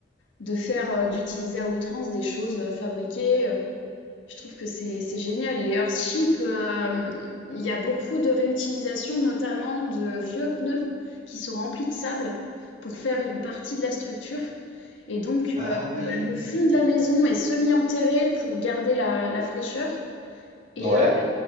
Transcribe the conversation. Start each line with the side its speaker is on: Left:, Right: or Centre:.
Left: de faire, euh, d'utiliser à outrance des choses euh, fabriquées. euh, Je trouve que c'est c'est génial. Les Earthships, euh, il y a beaucoup de réutilisation, notamment de vieux pneus qui sont remplis de sable pour faire une partie de la structure. Et donc,
Right: Ah
Left: euh, le
Right: oui.
Left: fond de la maison est semi-enterré pour garder la, la fraîcheur. Et
Right: Ouais.
Left: euh, la-